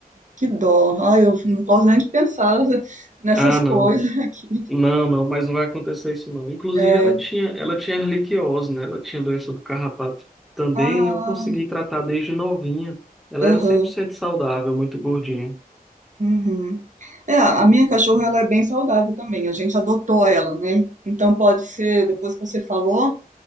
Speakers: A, on the right (about 55°); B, in the centre.
A: Que dó. Ai, eu não posso nem pensar nessas
B: Ah,
A: coisas
B: não.
A: aqui.
B: Não, não, mas não vai acontecer isso não. Inclusive,
A: É,
B: ela tinha, ela tinha erliquiose, né? Ela tinha doença do carrapato também,
A: ah,
B: e eu consegui tratar desde novinha. Ela
A: aham.
B: era cem por cento saudável, muito gordinha.
A: Uhum. É, a minha cachorra ela é bem saudável também. A gente adotou ela, né? Então pode ser, depois que você falou,